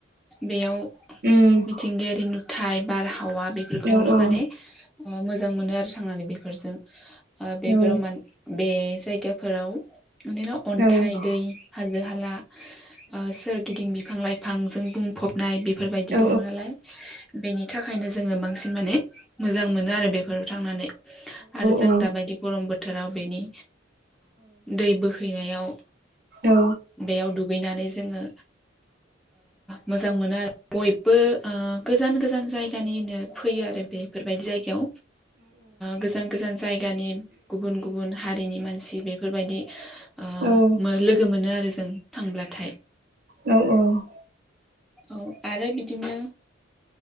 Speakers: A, in the centre; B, on the right (about 50°).
A: बेयाव
B: उम
A: मिथिंगायारि नुथाय बारहावा बेफोरखौनो
B: औ औ
A: माने ओ मोजां मोनो आरो थांनानै बेफोरजों बेफोराव
B: औ
A: माने बे जायगाफोराव उन्दैनाव अन्थाइ
B: नंगौ
A: दै हाजो हाला सोरगिदिं बिफां लाइफांजों बुंफब नाय बेफोरबायदि
B: औ
A: दङ नालाय बेनि थाखायनो जोङो बांसिन माने मोजां मोनो आरो बेफोराव थांनानै आरो जों
B: औ
A: दाबायदि गरम बोथोराव बेनि दै बोहैनायाव
B: औ
A: बेयाव दुगैनानै जोङो मोजां मोनो आरो बयबो गोजान गोजान जायो जायगानिनो फैयो आरो बेफोरबायदि जायगायाव गोजान गोजान जायगानि गुबुन गुबुन हारिनि मानसि बेफोरबायदि ओ
B: औ
A: मो लोगो मोनो आरो जों थांब्लाथाय
B: औ, औ
A: औ आरो बिदिनो